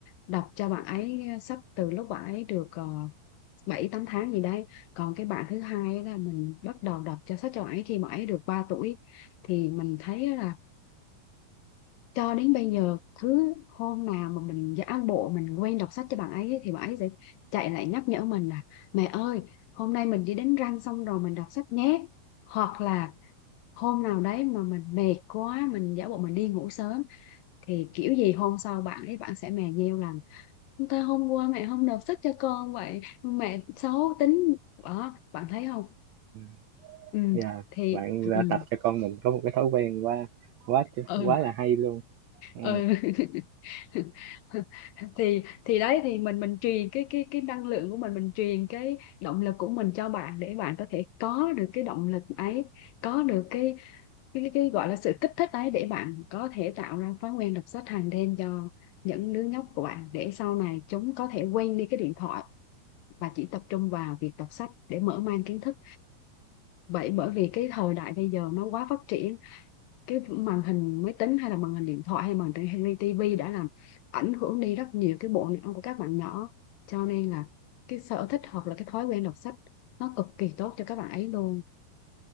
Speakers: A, on the left (about 80°); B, on the right (about 80°).
A: đọc cho bạn ấy ờ, sách từ lúc bạn ấy được uh, 7 8 tháng gì đấy còn cái bạn thứ hai á là mình bắt đầu đọc cho sách cho bạn ấy khi mà ấy được 3 tuổi thì mình thấy là cho đến bây giờ cứ hôm nào mà mình giả bộ mình quên đọc sách cho bạn ấy ấy, thì bạn ấy sẽ chạy lại nhắc nhở mình là mẹ ơi hôm nay mình đi đánh răng xong rồi mình đọc sách nhé hoặc là hôm nào đấy mà mình mệt quá mình giả bộ mình đi ngủ sớm thì kiểu gì hôm sau bạn ấy bạn sẽ mè nheo rằng ta hôm qua mẹ không nộp sách cho con vậy mẹ xấu tính đó bạn thấy không
B: ừ.
A: ừ
B: Dạ,
A: thì
B: bạn đã
A: ừ
B: tập cho con mình có một cái thói quen quá quá
A: ừ,
B: quá là hay luôn ừ.
A: ừ. <laughs> thì thì đấy thì mình mình truyền cái cái cái năng lượng của mình mình truyền cái động lực của mình cho bạn để bạn có thể có được cái động lực ấy có được cái cái, cái cái gọi là sự kích thích ấy để bạn có thể tạo ra thói quen đọc sách hàng đêm cho những đứa nhóc của bạn để sau này chúng có thể quên đi cái điện thoại và chỉ tập trung vào việc đọc sách để mở mang kiến thức vậy bởi vì cái thời đại bây giờ nó quá phát triển cái màn hình máy tính hay là màn hình điện thoại hay màn hình tivi đã làm ảnh hưởng đi rất nhiều cái bộ não của các bạn nhỏ cho nên là cái sở thích hoặc là cái thói quen đọc sách nó cực kỳ tốt cho các bạn ấy luôn